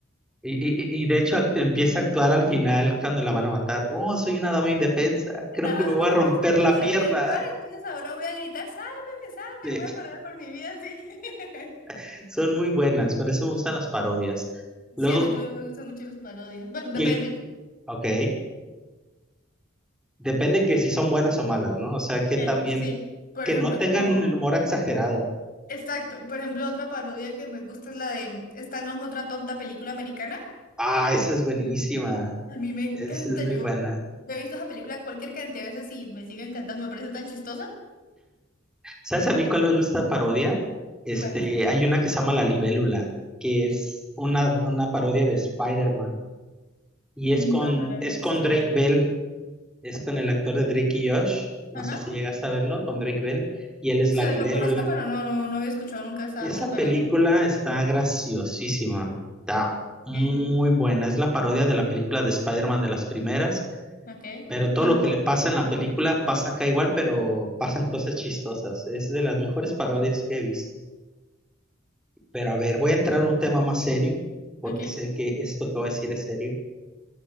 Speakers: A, in the centre; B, on the left.
A: Y, y- y de hecho act- empieza a actuar al final cuando la van a matar. Oh, soy una dama indefensa. Creo
B: Ajá,
A: que me voy
B: oh,
A: a romper
B: así es como
A: la
B: debería
A: pierna.
B: actuar, entonces ahora voy a gritar, sálveme, sálveme,
A: Sí,
B: voy a correr por mi vida, sí. <laughs>
A: <laughs> son muy buenas, por eso me gustan las parodias. Luego,
B: Sí, a mí también me gustan mucho las parodias. Bueno, depende.
A: y- ok, depende que si son buenas o malas, ¿no? O sea, que
B: Eh,
A: también,
B: sí, por
A: que
B: ejemplo,
A: no tengan
B: como...
A: el humor exagerado.
B: Exacto. Por ejemplo, otra parodia que me gusta es la de Esta no es otra tonta película americana.
A: Ah, esa es buenísima.
B: A mí me encanta.
A: Esa es muy
B: Yo
A: buena.
B: he visto esa película cualquier cantidad de veces y me sigue encantando. Me parece tan chistosa.
A: ¿Sabes a mí cuál me gusta parodia? Este,
B: ¿Cuál?
A: hay una que se llama La Libélula, que es una, una parodia de Spider-Man. Y
B: Mm,
A: es con,
B: No, no la he
A: es
B: visto.
A: con Drake Bell, es con el actor de Drake y Josh, no
B: Ajá.
A: sé si llegas a verlo, con Drake Bell, y él es
B: Sí,
A: la libélula.
B: lo conozco, pero no, no, no había escuchado nunca esa,
A: Esa
B: esa parodia.
A: película está graciosísima, está muy
B: Okay.
A: buena, es la parodia de la película de Spider-Man de las primeras,
B: Ok.
A: pero todo
B: Ajá.
A: lo que le pasa en la película pasa acá igual, pero pasan cosas chistosas, es de las mejores parodias que he visto. Pero a ver, voy a entrar a un tema más serio, porque
B: Okay.
A: sé que esto que voy a decir es serio.